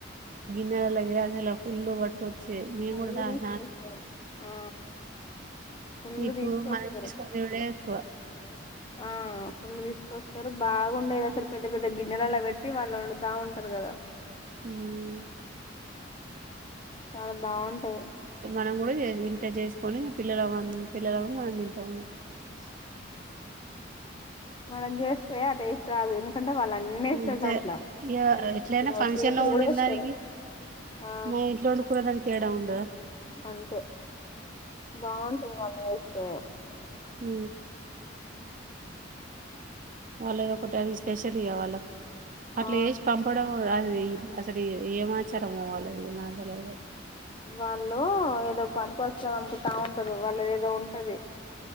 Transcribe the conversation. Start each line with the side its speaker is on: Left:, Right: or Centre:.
Right: <unintelligible> ఫుల్ పట్టుకొచ్చి మేము
Left: ఫుల్లు
Right: కూడా
Left: తీసుకొస్తారు
Right: <inaudible>
Left: ఆ ఫుల్లు
Right: ఇప్పుడు
Left: తీసుకొస్తారు
Right: మనం తీసుకున్నడే ఎక్కువ
Left: ఆ ఫుల్లు తీసుకొస్తారు బాగుండేది అసలు పెద్ద పెద్ద గిన్నెలలొ పెట్టి వాళ్ళు వండుతా ఉంటారు కదా
Right: ఉమ్
Left: చాలా బాగుంటది
Right: మనము గూడ చె ఇంట చేసుకొని పిల్లలకు వం పిల్లలకు మన తింటాము
Left: మనం జేస్తే ఆ టేస్ట్ రాదు ఎందుకంటే వల అన్నీఏస్తారు
Right: అంతే
Left: దాంట్లో
Right: ఇగ
Left: కన్నేస్తరు
Right: ఎట్లయినా ఫంక్షన్
Left: సేపులు
Right: లో వండిన
Left: కూడా ఏస్తారు
Right: దానికి
Left: ఆ
Right: మన ఇంట్లో వండుకునే దానికి తేడా ఉండదా
Left: అంతే బాగుంటుంది వాళ్లు చేస్తే
Right: ఉ వాళ్ళది ఒకటి అది స్పెషల్ ఇగా వాళ్ళ అట్లా
Left: ఆ
Right: ఏస్ పంపడము గాదు అది అసలు ఏమాచారమొ వాల్లది నాకి తెల్వదు
Left: వాళ్ళు ఏదో పర్పస్ తో పంపుతా ఉంటారు వాళ్ళది ఏదో ఉంటది